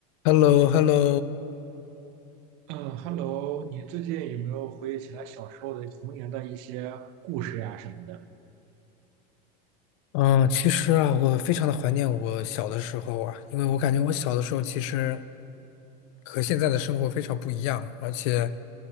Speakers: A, on the left (about 50°); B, on the right (about 45°).
A: h e l l o h e l l o
B: 嗯，Hello，你最近有没有回忆起来小时候的童年的一些故事呀、什么的？
A: 嗯，其实啊，我非常的怀念我小的时候啊，因为我感觉我小的时候其实和现在的生活非常不一样，而且，